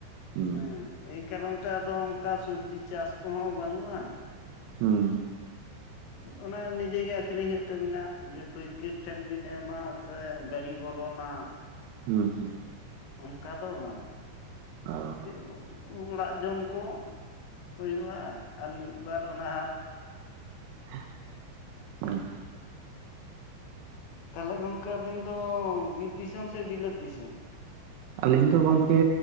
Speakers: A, on the right (about 85°); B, on the left (about 75°).
A: ᱦᱩᱸ
B: ᱮᱸ ᱾ ᱮᱭ ᱠᱟᱨᱚᱱ ᱛᱮ ᱟᱫᱚ ᱚᱱᱠᱟ ᱥᱚᱵᱽᱡᱤ ᱪᱟᱥ ᱠᱚᱦᱚᱸ ᱵᱟᱱᱩᱜᱼᱟ ᱾
A: ᱦᱩᱸ ᱾
B: ᱚᱱᱮ ᱱᱤᱡᱮ ᱜᱮ ᱟᱠᱷᱨᱤᱧ ᱦᱩᱭᱩᱜ ᱛᱟᱵᱤᱱᱟ ᱡᱮ ᱯᱟᱹᱭᱠᱟᱹᱨ ᱴᱷᱮᱱ ᱵᱤᱱ ᱮᱢᱟ ᱥᱮ ᱜᱟᱹᱲᱤ ᱵᱚᱞᱚᱱᱟ ᱾
A: ᱦᱩᱸ ᱦᱩᱸ ᱾
B: ᱚᱱᱠᱟ ᱫᱚ ᱵᱟᱝ
A: ᱚ
B: ᱤᱱᱠᱟᱹ ᱚᱲᱟᱜ ᱡᱚᱢ ᱠᱚ ᱾ ᱦᱩᱭᱩᱜᱼᱟ, ᱟᱨ ᱢᱤᱫ ᱵᱟᱨ ᱚᱱᱟ ᱦᱟᱴ
A: <unintelligible> ᱚ ᱾
B: ᱛᱟᱦᱚᱞᱮ ᱜᱚᱝᱠᱮ ᱟᱵᱤᱱ ᱫᱚ ᱵᱤᱨ ᱫᱤᱥᱚᱢ ᱥᱮ ᱵᱤᱞᱟᱹᱛ ᱫᱤᱥᱚᱢ?
A: ᱟᱞᱤᱧ ᱫᱚ ᱜᱚᱝᱠᱮ